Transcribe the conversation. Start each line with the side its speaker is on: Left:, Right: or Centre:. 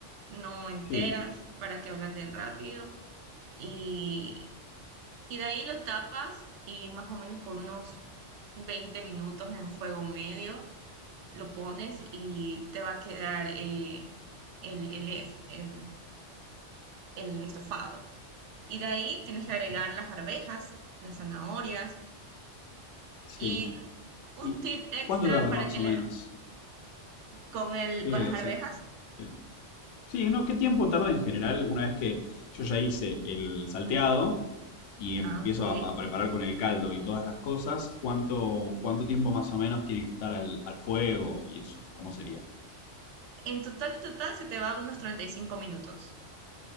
Right: no enteras,
Left: Sí,
Right: para que ablanden rápido. Y, y de ahí lo tapas y más o menos por unos 20 minutos en fuego medio lo pones y te va a quedar eh, el, el, es- el el estofado. Y de ahí tienes que agregar las arvejas, las zanahorias
Left: sí.
Right: y un
Left: ¿Y
Right: tip extra
Left: cuánto tarda
Right: para
Left: más
Right: que
Left: o
Right: le
Left: menos?
Right: con el
Left: ¿Qué?
Right: con las
Left: O
Right: arvejas.
Left: sea, qué- sí, ¿no? ¿Qué tiempo tarda en general una vez que yo ya hice el salteado y empiezo
Right: Ah, ok.
Left: a, a preparar con el caldo y todas las cosas? ¿Cuánto, cuánto tiempo más o menos tiene que estar al, al fuego y eso? ¿Cómo sería?
Right: En total, en total se te va unos 35 minutos.